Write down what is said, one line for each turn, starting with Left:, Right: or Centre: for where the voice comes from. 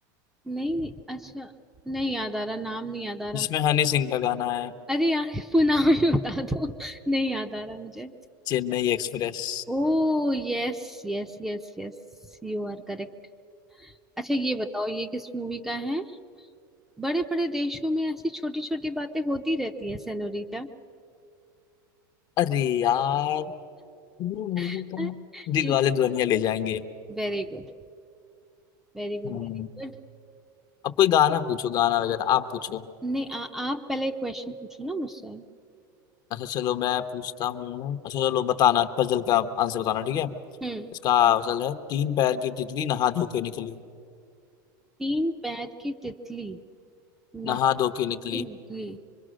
Centre: नहीं अच्छा नहीं याद आ रहा नाम नहीं याद आ
Left: जिसमें
Centre: रहा
Left: हनी सिंह का गाना है
Centre: अरे यार पुनाव ही बता दो नहीं याद आ रहा मुझे
Left: चेन्नई एक्सप्रेस
Centre: Oh yes yes yes yes you are correct अच्छा ये बताओ ये किस मूवी का है बड़े बड़े देशों में ऐसी छोटी छोटी बातें होती रहती हैं senorita
Left: अरे यार ये मूवी
Centre: <laughs>
Left: तो दिल वाले दुल्हनिया ले जाएंगे
Centre: Very good very good
Left: हम्म,
Centre: very good
Left: अब कोई गाना पूछो गाना वगैरह आप पूछो
Centre: नहीं आ, आप पहले एक क्वेश्चन पूछो ना मुझसे
Left: अच्छा चलो मैं पूछता हूँ अच्छा चलो बताना पजल का आंसर बताना ठीक है
Centre: हम्म
Left: इसका असल है तीन पैर की तितली नहा धो के निकली
Centre: तीन पैर की तितली नाक
Left: नहा धो के निकली
Centre: की नकली